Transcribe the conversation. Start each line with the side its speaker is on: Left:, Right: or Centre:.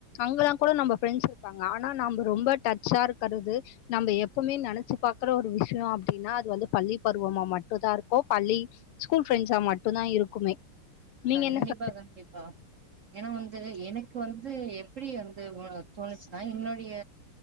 Left: அங்கெல்லாம் கூட நம்ம ஃப்ரண்ட்ஸ் இருப்பாங்க ஆனா நம்ம ரொம்ப டச்சா இருக்கிறது நம்ம எப்பவுமே நனச்சு பாக்குற ஒரு விஷயம் அப்படின்னா அது வந்து பள்ளி பருவமா மட்டும் தான் இருக்கும் பள்ளி ஸ்கூல் ஃப்ரெண்ட்ஸா மட்டும் தான் இருக்குமே நீங்க
Right: கண்டிப்பா
Left: என்ன சொ
Right: கண்டிப்பா ஏனா வந்து என க்கு வந்து எப்படி வந்து தோணுச்சுன்னா என்னுடைய